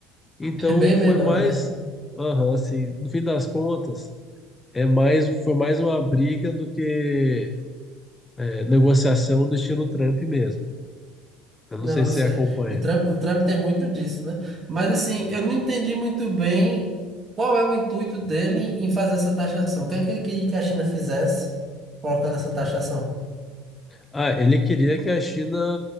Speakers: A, on the left (about 20°); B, on the right (about 35°).
A: Então
B: <laughs> é bem
A: foi
B: menor,
A: mais,
B: né?
A: aham, assim, no fim das contas, é mais, foi mais uma briga do que é, negociação do estilo Trump mesmo. Eu não
B: Não,
A: sei se
B: eu sei.
A: você acompanha.
B: O Trump, o Trump tem muito disso, né? Mas assim, eu não entendi muito bem qual é o intuito dele em fazer essa taxação. O que é que ele queria que a China fizesse colocando essa taxação?
A: Ah, ele queria que a China,